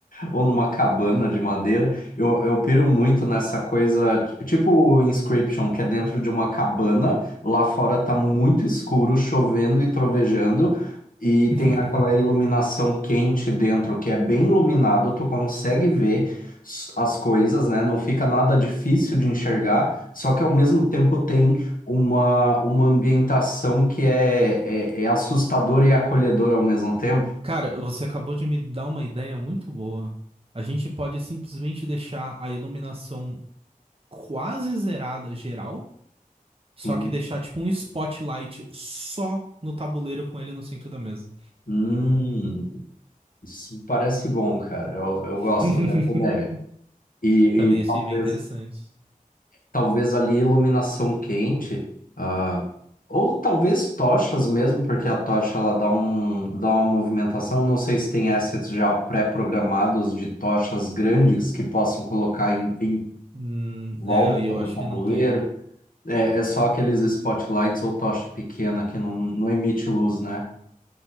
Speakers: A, on the left; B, on the right.
A: ou numa cabana de madeira. Eu, eu piro muito nessa coisa, t- tipo o Inscription, que é dentro de uma cabana, lá fora tá muito escuro, chovendo e trovejando, e tem
B: <laughs>
A: aquela iluminação quente dentro, que é bem iluminado, tu consegue ver s- as coisas, né? Não fica nada difícil de enxergar, só que ao mesmo tempo tem uma, uma ambientação que é, é, é assustadora e acolhedora ao mesmo tempo.
B: Cara, você acabou de me dar uma ideia muito boa. A gente pode simplesmente deixar a iluminação quase zerada geral, só
A: Uhum.
B: que deixar tipo um spotlight só no tabuleiro com ele no centro da mesa.
A: Hum. Isso parece bom, cara. Eu, eu
B: <laughs>
A: gosto dessa ideia. E,
B: Também
A: e
B: achei
A: talvez,
B: bem interessante.
A: talvez ali iluminação quente, ah, ou talvez tochas mesmo, porque a tocha ela dá um, dá uma movimentação. Não sei se tem assets já pré-programados de tochas grandes que possam colocar em, em
B: Hum,
A: volta
B: é, e eu
A: do
B: acho
A: tabuleiro.
B: que não tem.
A: É, é só aqueles spotlights ou tocha pequena que não, não emite luz, né?